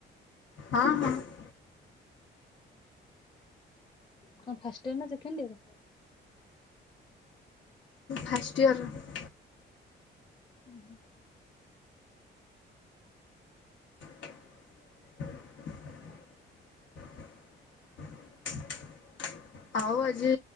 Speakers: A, on the left; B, on the left.
A: ହଁ, ହଁ।
B: କଣ ଫାଷ୍ଟ ଇୟର ନା ସେକେଣ୍ଡ ଇୟର?
A: First year.
B: ଉ ହୁଁ।
A: <inaudible> <inaudible> ଆଉ ଆଜି